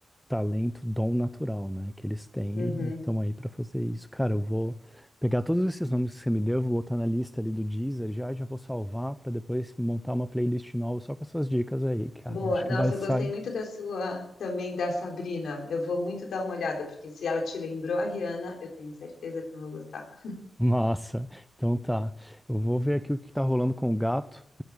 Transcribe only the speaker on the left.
Uhum.
Boa.
Nossa,
eu gostei muito da sua, também da Sabrina. Eu vou muito dar uma olhada, porque se ela te lembrou a Rihanna, eu tenho certeza que eu vou gostar.